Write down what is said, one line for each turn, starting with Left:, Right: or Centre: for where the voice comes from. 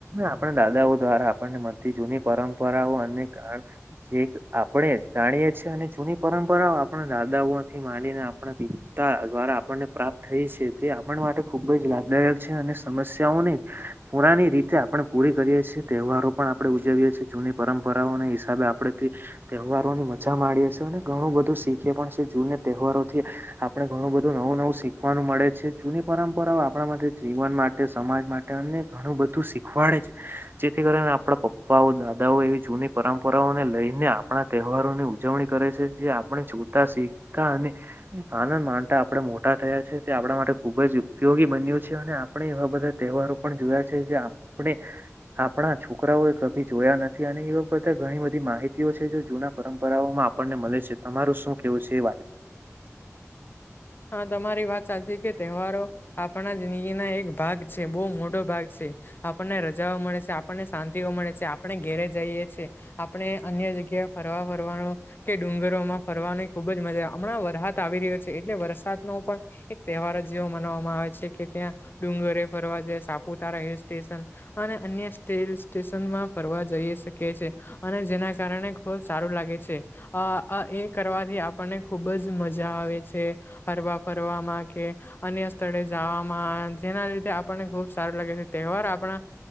Right: આપણે દાદાઓ દ્વારા આપણને મળતી જૂની પરંપરાઓ અને કાર જે આપણે જાણીએ છીએ અને જૂની પરંપરા આપણા દાદાઓથી માંડીને આપણા પિતા દ્વારા આપણને પ્રાપ્ત થઈ છે, તે આપણ માટે ખૂબ જ લાભદાયક છે, અને સમસ્યાઓને પુરાની રીતે છે આપણે પૂરી કરીએ છે, તહેવારો પણ આપણે ઉજવીએ છે, જૂની પરંપરાઓ હિસાબે આપણેેથી તહેવારોની મજા મામાંડીએ છે, અને ઘણું બધું શીખીએ પણ છે, જૂને તહેવારોથી આપણે ઘણું બધું નવું નવું શીખવાનું મળે છે, જૂની પરંપરાઓ આપણા માટે જીવન માટે સમાજ માટે અને ઘણું બધું શીખ વાડે છે, જેથી કરીને આપણા પપ્પાઓ દાદાઓ એવી જૂની પરંપરાઓને લઈને આપણા તહેવારોની ઉજવણી કરે છે જે આપણે જોતા શીખતા અને આનંદ માનતા આપણે મોટા થયા છે તે આપણા માટે ખુબ જ ઉપયોગી બન્યું છે. અને આપણે એવા બધા તહેવારો પણ જોયા છે જે આપણે. આપણા છોકરાઓ એ કભી જોયા નથી અને એવા બધા ઘણી બધી માહિતી છે જો જૂના પરંપરાઓમાં આપણને મળે છે તમારું શું કેવું છે એ
Left: <inaudible> તમારી વાત સાચી કે તહેવારો આપણા જિંદગી ના એક ભાગ છે બહુ મોટો ભાગ છે. આપણને રજાઓ મળે છે આપણને શાંતિઓ મળે છે આપણે ઘેરે જઈએ છ છેીએ આપણે અન્ય જગ્યા ફરવા ફરવાનો કે ડુંગરો માં ફરવાનો ખૂબ જ મજા હમણા વરસાદ આવી રહ્યો છે એટલે વરસાદ નો પણ એક તહેવાર જેવો મનાવામાં આવે છે કે ત્યાં ડુંગરે ફરવા જે સાપુતારા એ હિલ્સ સ્ટેશન અને અન્ય હિલ્સ સ્ટેશનમાં ફરવા જઈ શકે છે. અને જેના કારણે ખુબ સારું લાગે છે અ એ કરવાથી આપણને ખુબ જ મજા આવે છે. હરવા ફરવામાં કે અન્ય સ્થળે જવામાં જેના લીધે આપણને ખુબ સારું લાગે છે તહેવાર આપણા